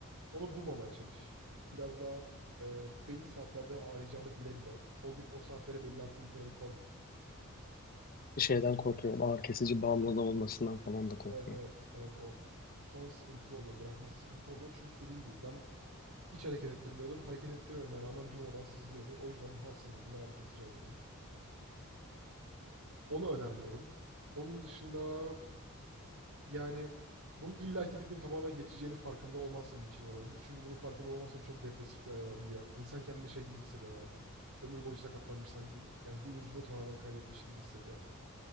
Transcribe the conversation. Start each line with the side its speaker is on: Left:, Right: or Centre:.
Right: Onu bulmamaya çalış. Biraz daha e, belli saatlerde ağrıyacağını bile bile o gün o saatlere belli aktiviteleri koyma.
Left: Şeyden korkuyorum. Ağrı kesici bağımlılığı olmasından falan da korkuyorum.
Right: Evet evet evet o sonra sıkıntılı oluyor. Bırakması sıkıntı oluyor. Çünkü dediğin gibi ben Hiç hareket ettirmiyordum. Hareket ettirmeme rağmen durmadan sızlıyordu. O yüzden de her sızıldığında ağrı kesici alıyordum. Onu önermiyorum. Onun dışında yani bunun illaki bir gün tamamen geçeceğini farkında olman senin için iyi olabilir. Çünkü bunun farkında olmazsan çok depresif bir hal alabiliyor. İnsan kendini şey gibi hissediyor yani. Ömür boyu sakatlanmış sanki yani bir uzvunu tamamen kaybetmiş gibi hissediyor.